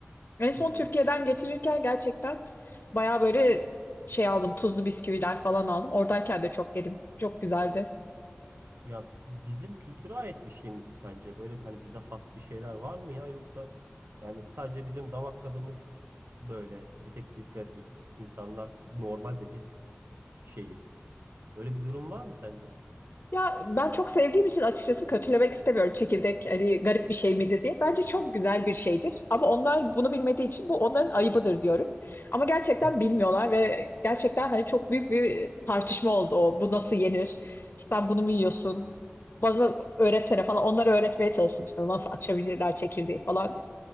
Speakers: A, on the left; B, on the right.
A: En son
B: Hı hı.
A: Türkiye'den getirirken gerçekten bayağı böyle şey aldım. Tuzlu bisküviler falan aldım. Oradayken de çok yedim. Çok güzeldi.
B: Ya bizim kültüre ait bir şey mi bu sence? Böyle hani bize has bir şeyler var mı ya yoksa yani sadece bizim damak tadımız böyle bir tek biz garibiz. İnsanlar normalde biz şeyiz. Öyle bir durum var mı sence?
A: Ya ben çok sevdiğim için açıkçası kötülemek istemiyorum çekirdek hani garip bir şey midir diye. Bence çok güzel bir şeydir ama onlar bunu bilmediği için bu onların ayıbıdır diyorum. Ama gerçekten
B: <laughs>
A: bilmiyorlar ve gerçekten hani çok büyük bir tartışma oldu o. Bu nasıl yenir? Sen bunu mu yiyorsun? Bana öğretsene falan. Onlara öğretmeye çalıştım işte nasıl açabilirler çekirdeği falan diye.